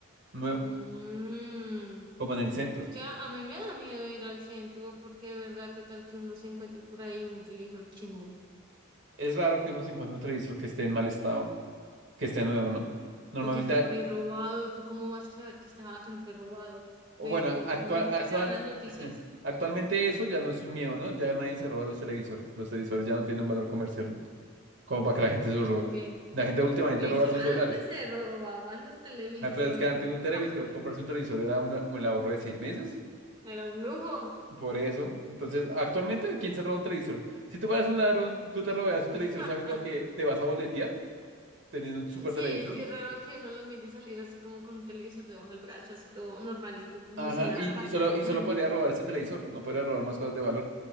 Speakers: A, on the right; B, on the right.
A: nuevo,
B: Mm,
A: como en el centro.
B: es que a, a mí me da miedo ir al centro porque de verdad, ¿qué tal que uno se encuentre por ahí un televisor chimbo?
A: Es raro que uno se encuentre un televisor que esté en mal estado. que esté nuevo, ¿no? Normalmente,
B: O que esté por ahí robado. ¿Tú cómo vas a saber que estaba, que no fue robado?
A: o
B: De
A: bueno,
B: todo
A: actual,
B: como eso
A: actual,
B: que se ve en las noticias.
A: <laughs> actualmente eso ya no es un miedo, ¿no? Ya nadie se roba los televisores. Los televisores ya no tienen un valor comercial como para que la gente se
B: Ok,
A: los robe. La gente últimamente
B: pues
A: roba sus
B: antes
A: celulares.
B: se robaban los televisores.
A: Ay, pero es que antes un televisor,
B: <laughs>
A: comprarse un televisor era un, un ahorro de seis meses.
B: Era un lujo.
A: Por eso. Entonces, actualmente, ¿quién se roba un televisor? Si tú fueras un ladrón, ¿tú
B: Yo,
A: te robarías un
B: pues,
A: televisor
B: <laughs>
A: sabiendo que te vas a boletear teniendo un super
B: sí,
A: televisor?
B: es que es raro que uno lo mire salir así como con un televisor debajo del brazo, así todo normalito, como
A: Ajá,
B: si nada
A: y,
B: pasara.
A: y solo, y
B: <laughs>
A: solo podría robar ese televisor, no podría robar más cosas de valor.